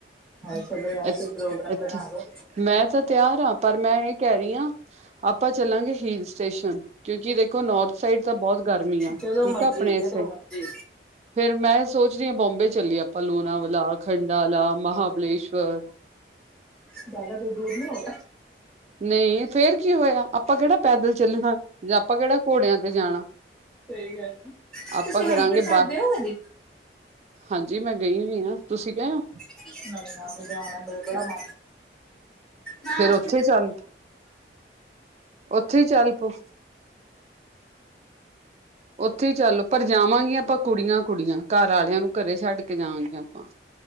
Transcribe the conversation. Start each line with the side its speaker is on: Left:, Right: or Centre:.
Centre: ਹਾਂ ਚਲੋ ਯਾਰ
Right: ਅੱ
Centre: ਕੋਈ ਪ੍ਰੋਗਰਾਮ
Right: ਅੱਛਾ
Centre: ਬਣਾ ਲੋ।
Right: ਮੈਂ ਤਾਂ ਤਿਆਰ ਹਾਂ ਪਰ ਮੈਂ ਇਹ ਕਹਿ ਰਹੀ ਹਾਂ ਆਪਾਂ ਚੱਲਾਂਗੇ ਹਲ ਸਟੇਸ਼ਨ ਕਿਉਂਕਿ ਦੇਖੋ ਨੋੌਰਥ ਸਾਈਡ ਤਾਂ ਬਹੁਤ ਗਰਮੀ ਆ
Centre: ਜਦੋਂ
Right: ਠੀਕ
Centre: ਮਰਜੀ
Right: ਆਪਣੇ ਇਸੇ
Centre: ਜਦੋਂ ਮਰਜੀ
Right: ਫੇਰ ਮੈਂ ਸੋਚ ਰਹੀ ਹਾਂ ਬੋਬੇ ਚ ਚੱਲੀਏ ਆਪਾਂ ਲੂਣਾਵਾਲਾ ਖੰਡਾ ਮਹਾਬਲੇਸ਼ਵਰ
Centre: ਜ਼ਿਆਦਾ ਦੇ ਦੂਰ ਨਹੀਂ ਹੋ
Right: ਨਹੀਂ ਫੇਰ ਕੀ ਹੋਇਆ ਆਪਾਂ ਕਿਹੜਾ ਪੈਦਲ ਚੱਲਣਾ ਜਾਂ ਆਪਾਂ ਕਿਹੜਾ ਘੋੜਿਆਂ ਤੇ ਜਾਣਾ
Centre: ਸਹੀ ਗੱਲ ਹੈ
Right: ਆਪਾਂ
Centre: ਤੁਸੀਂ
Right: ਕਰਾਂਗੇ
Centre: ਹੈਮਕੁੰਟ ਸਾਹਿਬ
Right: ਬਾਹ
Centre: ਗਏ ਹੋ ਕਦੀ
Right: ਹਾਂਜੀ ਮੈਂ ਗਈ ਹੋਈ ਹਾਂ ਤੁਸੀਂ ਗਏ ਹੋ
Centre: ਨਹੀਂ ਨਾ ਮ ਜਾਨਾਂ ਜ ਬੜਾ ਮਨ ਆ
Right: ਫੇਰ ਉੱਥੇ
Centre: <inaudible>
Right: ਚੱਲ ਉੱਥੇ ਹੀ ਚੱਲ ਪਓ ਉੱਥੇ ਹੀ ਚੱਲ ਪਰ ਜਾਵਾਂਗੀਆਂ ਆਪਾਂ ਕੁੜੀਆਂ ਕੁੜੀਆਂ ਘਰ ਵਾਲਿਆਂ ਨੂੰ ਘਰੇ ਛੱਡ ਕੇ ਜਾਣਗੇ ਆਪਾਂ